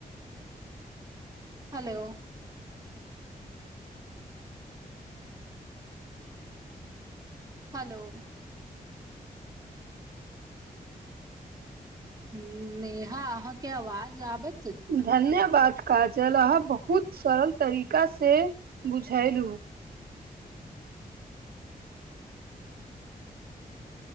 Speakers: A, on the right; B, on the right.
A: हेलो हेलो ह नेहा अहाँ के आवाज आबत
B: धन्यवाद। काजल आप बहुत सरल तरीका से बुझेलहु।